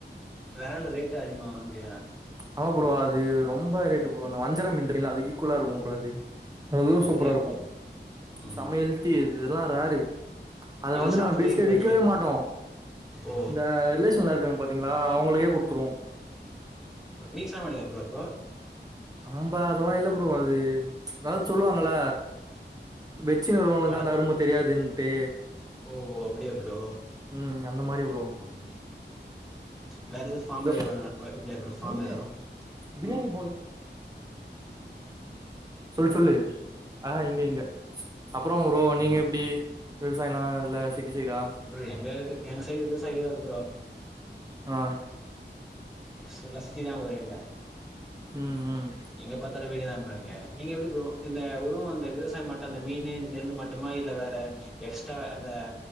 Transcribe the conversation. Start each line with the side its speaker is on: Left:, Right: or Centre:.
Centre: வேரன்னரத ரேட் <unintelligible>
Right: ஆமா ப்ரோ அது ரொம்ப ரேட்டு ப்ரோ அந்த வஞ்சர மீன் தெரியுல்ல அதுக்கு ஈக்குவலா இருக்கும் ப்ரோ அது அதுவு
Centre: ஓ அப்டியா
Right: சூப்பரா இருக்கும்
Centre: ப்ரோ ம்
Right: செம்ம எள்தி அது இதெல்லா ரரே அது
Centre: இல்ல
Right: வந்து
Centre: சாப்புட்றீங்க
Right: நாங்க பேசிக்கா
Centre: போல்து
Right: விக்கவே மாட்டோம்
Centre: ஓ
Right: இந்த ரிலேஷன்ல இருக்கவங்க பாத்தீங்களா அவங்களுக்கே குடுத்துருவுன்
Centre: நீ சாப்டமாட்டியா ப்ரோ அப்போ
Right: நம்ப அதெல்லா இல்ல ப்ரோ அது அதாது சொல்லுவாங்கள வெச்சினு இருக்குறவங்ளுக்கு
Centre: வல
Right: அந்த அரும தெரியாது பே
Centre: ஓ ஓ அப்டியா ப்ரோ
Right: உம் அந்த மாரி ப்ரோ
Centre: ம் வேற
Right: ம்
Centre: எது ஃபார்ம்
Right: இதோ
Centre: எதாது வா வரலையா ப்ரோ ஃபார்ம்
Right: நவீனு
Centre: ஏதும்
Right: பிரியாணி
Centre: உம்
Right: சொல்லுச் சொல்லு ஆஹ இங்க இங்க அப்புறோ ப்ரோ
Centre: ம்
Right: நீங்க எப்டி விவசாயமா இல்ல சிட்டி சைடா
Centre: ப்ரோ எங்க இருக்கு எங்க சைடு விவசாயிகள் ப்ரோ
Right: ஆஹ
Centre: ஃபுல்லா சிட்டி தான் போறீங்க
Right: ம் ம்
Centre: இங்க எங்க பாத்தாலும் வீடுதான் ப்ரோ இங்க நீங்கள் எப்டி ப்ரோ இந்த உருவ வந்த விவசாயம் மட்டும் இல்ல மீனு நெல்லு மட்டுமா இல்லை வேற எக்ஸ்ட்ரா அந்த